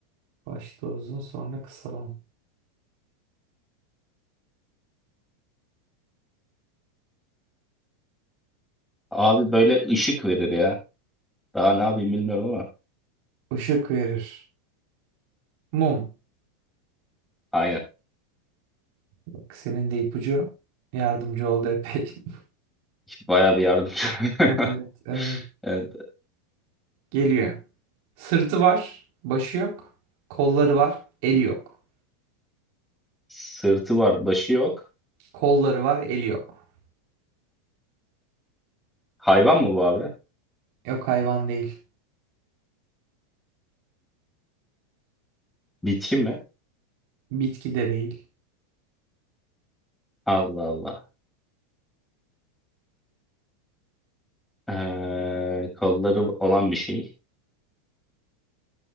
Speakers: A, on the right; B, in the centre.
A: Başta uzun sonra kısalan.
B: Abi böyle ışık verir ya. Daha ne yapayım bilmiyorum ama.
A: Işık verir. Mum.
B: Aynen.
A: Bak senin de ipucu yardımcı oldu epey. <laughs>
B: Baya bir yardımcı. <laughs>
A: Evet, evet.
B: Evet.
A: Geliyor. Sırtı var, başı yok. Kolları var, eli yok.
B: Sırtı var, başı yok.
A: Kolları var, eli yok.
B: Hayvan mı bu abi?
A: Yok hayvan değil.
B: Bitki mi?
A: Bitki de değil.
B: Allah Allah. Ee, kolları olan bir şey.